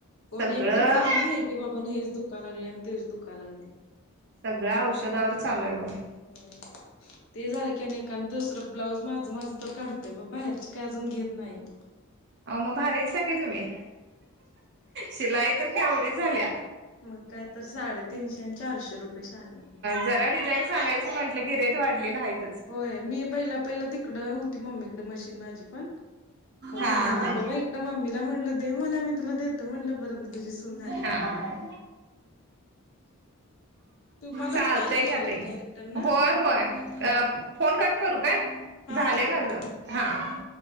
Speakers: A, on the left; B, on the right.
A: पण
B: सगळं
A: एक तर चांगलं आहे की बाबा हेच दुका लागले आणि तेच दुख लागले.
B: सगळ्या औषधावर चालूय बघा.
A: हम् ते झालं की नाही काण दुसरं ब्लाऊज माझं माझं तर काढतय प बाहेरची काय अजून घेत नाही.
B: <inaudible> अहो मग भारी आहेसा की तुम्ही, शिलाई तर केवढी झाल्या.
A: मग काय तर साडेतीनशे आणि चारशे रुपये शाने.
B: जरा डिझाईन सांगायचं म्हटलं की रेट वाढलेला आहेतच.
A: होय मी पहिला पहिला तिकडं होती, मम्मीकडे मशीन माझी पण मग
B: हा
A: तिथनं आणलो
B: हा
A: बाई एकड मम्मीला म्हणलं, दे मला मी तुला देते म्हटलं परत तुझी सून आली
B: हा
A: की तुम्हालाच
B: चालतंय
A: कॉल यायला
B: घ्या
A: लागल्यात
B: ताई
A: काय रिटर्न?
B: होय होय फोन कट करू काय?
A: हा
B: झालय
A: करा करा
B: माझ हा